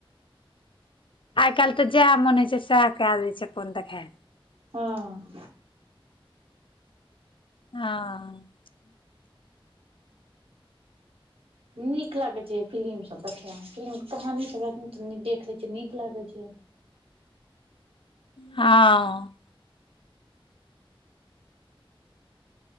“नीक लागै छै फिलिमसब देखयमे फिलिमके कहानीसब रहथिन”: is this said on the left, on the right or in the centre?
Right